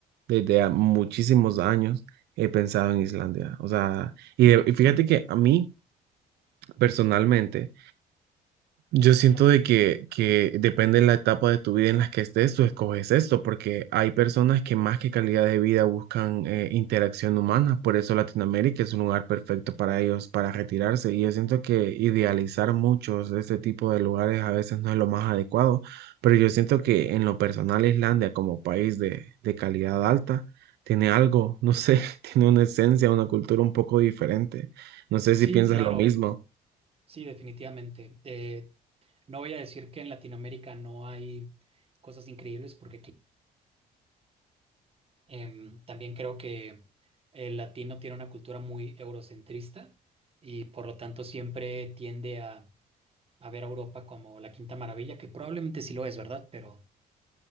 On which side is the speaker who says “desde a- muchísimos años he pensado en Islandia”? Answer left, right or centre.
Right